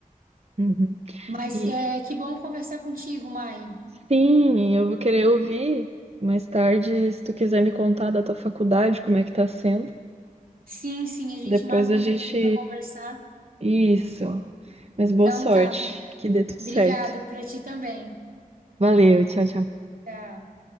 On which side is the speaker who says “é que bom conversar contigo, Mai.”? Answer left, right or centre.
Right